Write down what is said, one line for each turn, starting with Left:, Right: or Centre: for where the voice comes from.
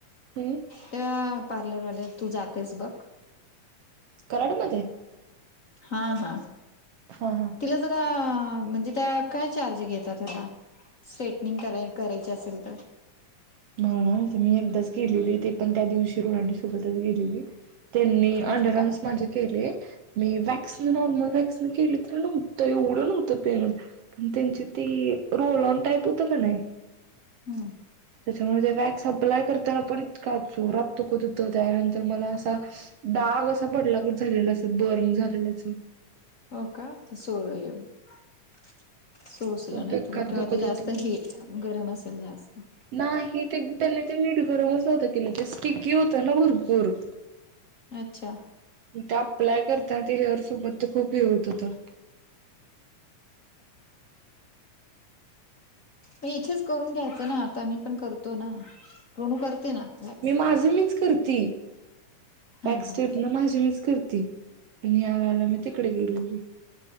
Right: <unintelligible>
Left: त्या पार्लरवाल्या, तू जातेस बघ.
Right: कराडमध्ये?
Left: हा, हा.
Right: हा- हा.
Left: तिला जरा आ, म्हणजे का काय चार्ज घेतात? ह्याला. स्ट्रेटनिंग कराय, करायची असेल तर.
Right: <unintelligible> ते मी एकदाच गेलेली. ते पण त्या दिवशी, ऋणाली सोबतच गेलेली. त्यांनी
Left: ह मग
Right: अंडरम्स
Left: काय
Right: माझे केले. मी वॅक्सिन, नॉर्मल व्हॅक्सिन केली तर, नव्हतं एवढं नव्हतं पेन होत. पण त्यांची ती, रोल ऑन टाईप होत का नाही
Left: हम.
Right: त्याच्यामुळे ज्या वॅक्स अप्लाय करताना पण इतका जोरात दुखत होतं. त्याच्या नंतर मला असा डाग असा पडल्यागत झालेला, असं बर्न झाललच.
Left: हो का? ते सो <inaudible> सोसला
Right: खूप
Left: नाही
Right: बेकार
Left: तुला. किंवा
Right: दुखत
Left: ते जास्त
Right: होत.
Left: हे गरम असेल जास्त.
Right: नाही ते, त्यांनी ते निट गरमच नव्हतं केलं. ते स्टिकी होतं ना भरपूर.
Left: अच्छा.
Right: ते अप्लाय करता ते हेअर सोबत तर खूप हे होत होत.
Left: म इथेच करून घ्यायचं ना. आता मी पण करतो ना. रोणू करते ना वॅक्स.
Right: माजं मीच करती.
Left: हा
Right: व्हॅक्स
Left: हा
Right: स्ट्रिपन, माझी मीच करती. पण या वेळेला मी तिकडे गेलेली.